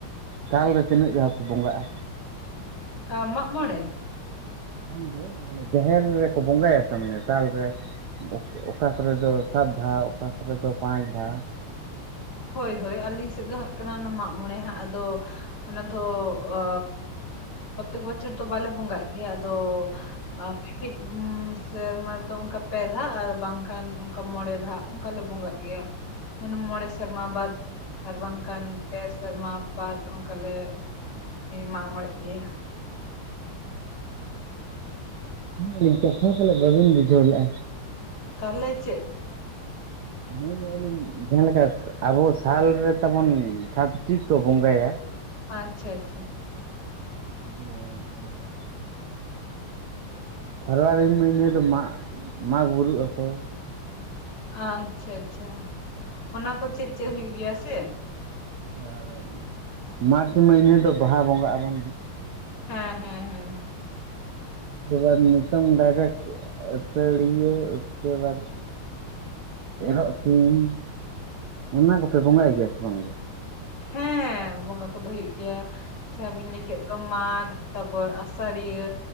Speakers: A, on the right; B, on the left.
A: ᱥᱟᱞ ᱨᱮ ᱛᱤᱱᱟᱹᱜ ᱫᱷᱟᱣ ᱯᱮ ᱵᱚᱸᱜᱟᱜ-ᱟ?
B: ᱠᱟᱹ ᱢᱟᱜ ᱢᱚᱬᱮ?
A: ᱵᱟᱝᱜᱮ ᱢᱟᱱᱮ ᱡᱟᱦᱮᱨ ᱨᱮᱠᱚ ᱵᱚᱸᱜᱟᱭᱟ ᱥᱮ ᱢᱟᱱᱮ ᱥᱟᱞ ᱨᱮ? ᱚᱠᱟ ᱠᱚᱨᱮ ᱫᱚ ᱥᱟᱛ ᱫᱷᱟᱣ ᱚᱠᱟ ᱠᱚᱨᱮ ᱫᱚ ᱯᱟᱸᱪ ᱫᱷᱟᱣ᱾
B: ᱦᱳᱭ ᱦᱳᱭ ᱟᱹᱞᱤᱧ ᱥᱮᱫ ᱫᱚ ᱦᱟᱸᱜ ᱦᱩᱭᱩᱜ ᱠᱟᱱᱟ ᱚᱱᱟ ᱢᱟᱜ ᱢᱚᱬᱮ ᱦᱟᱸᱜ ᱟᱫᱚ ᱚᱱᱟ ᱫᱚ ᱚ ᱯᱨᱚᱛᱮᱠ ᱵᱚᱪᱷᱚᱨ ᱫᱚ ᱵᱟᱞᱮ ᱵᱚᱸᱜᱟᱜ ᱜᱮᱭᱟ ᱟᱫᱚ <inaudible> ᱯᱤᱫ ᱥᱮᱨᱢᱟ ᱨᱮᱫᱚ ᱚᱱᱠᱟ ᱯᱮ ᱫᱷᱟ ᱟᱨ ᱵᱟᱝᱠᱷᱟᱱ ᱚᱱᱠᱟ ᱢᱚᱬᱮ ᱫᱷᱟ ᱚᱱᱠᱟᱞᱮ ᱵᱚᱸᱜᱟᱜ ᱜᱮᱭᱟ᱾ ᱢᱟᱱᱮ ᱢᱚᱬᱮ ᱥᱮᱨᱢᱟ ᱵᱟᱫ ᱟᱨ ᱵᱟᱝᱠᱷᱟᱱ ᱯᱮ ᱥᱮᱨᱢᱟ ᱵᱟᱫ ᱚᱱᱠᱟᱞᱮ ᱢᱟᱜ ᱢᱚᱬᱮᱜ ᱜᱮᱭᱟ ᱦᱟᱸᱜ
A: ᱦᱩᱸ ᱠᱟᱛᱷᱟ ᱯᱟᱞᱮ ᱵᱟᱵᱮᱱ ᱵᱩᱡᱷᱟᱹᱣ ᱞᱮᱜ-ᱟ᱾
B: ᱛᱟᱦᱞᱮ ᱪᱮᱜ?
A: ᱞᱟᱹᱭ ᱮᱜᱟ ᱞᱤᱧ ᱡᱟᱦᱟᱸ ᱞᱮᱠᱟ ᱟᱵᱚ ᱥᱟᱞ ᱨᱮ ᱛᱟᱵᱚᱱ ᱥᱟᱛᱴᱤ ᱠᱚ ᱵᱚᱸᱜᱟᱭᱟ ᱾
B: ᱟᱪᱪᱷᱟ ᱟᱪᱪᱷᱟ
A: ᱵᱟᱹᱧ <unintelligible> ᱯᱷᱟᱵᱽᱣᱟᱨᱤ ᱢᱟᱹᱦᱱᱟᱹ ᱨᱮ ᱫᱚ ᱢᱟᱜᱽ ᱢᱟᱜᱽ ᱵᱩᱨᱩᱜ ᱟᱠᱚ᱾
B: ᱟᱪᱪᱷᱟ ᱟᱪᱪᱷᱟ ᱚᱱᱟ ᱠᱚ ᱪᱮᱫ ᱪᱮᱫ ᱦᱩᱭᱩᱜ ᱜᱮᱭᱟ ᱥᱮ᱾
A: ᱟᱨ ᱢᱟᱨᱪ ᱢᱟᱹᱦᱱᱟᱹ ᱨᱮᱫᱚ ᱵᱟᱦᱟ ᱵᱚᱸᱜᱟᱜ ᱟᱵᱚᱱ ᱾
B: ᱦᱮᱸ ᱦᱮᱸ ᱦᱮᱸ᱾
A: <unintelligible> ᱱᱤᱛᱚᱝ ᱰᱟᱭᱨᱮᱠᱴ ᱟᱹᱥᱟᱹᱲᱤᱭᱟᱹ ᱩᱥᱠᱮ ᱵᱟᱫ ᱮᱨᱚᱜ ᱥᱤᱢ ᱚᱱᱟ ᱠᱚᱯᱮ ᱵᱚᱸᱜᱟᱭ ᱜᱮᱭᱟ ᱥᱮ ᱵᱟᱝ ᱜᱮ?
B: ᱦᱮᱸ ᱵᱚᱸᱜᱟ ᱠᱚᱫᱚ ᱦᱩᱭᱩᱜ ᱜᱮᱭᱟ ᱡᱟᱦᱟᱵᱤᱱ ᱞᱟᱹᱭ ᱠᱮᱫ ᱫᱚ ᱢᱟᱜᱽ ᱛᱟᱯᱚᱨ ᱟᱥᱟᱲᱤᱭᱟᱹ